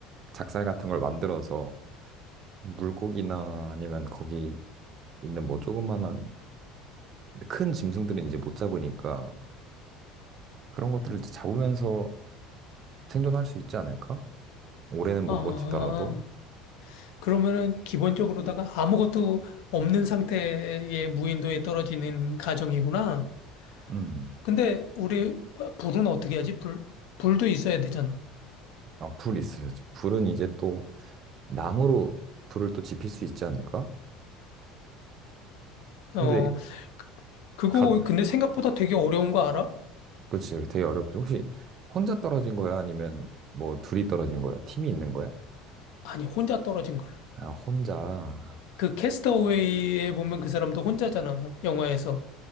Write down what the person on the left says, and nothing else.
아,
그러면은 기본적으로다가 아무것도 없는 상태의 무인도에 떨어지는 가정이구나.
근데 우리 불은 어떻게 하지? 불? 불도 있어야 되잖아.
어,
그- 그거
근데 생각보다 되게 어려운 거 알아?
아니, 혼자 떨어진 걸로.
그 캐스터웨이에 보면 그 사람도 혼자잖아, 영화에서.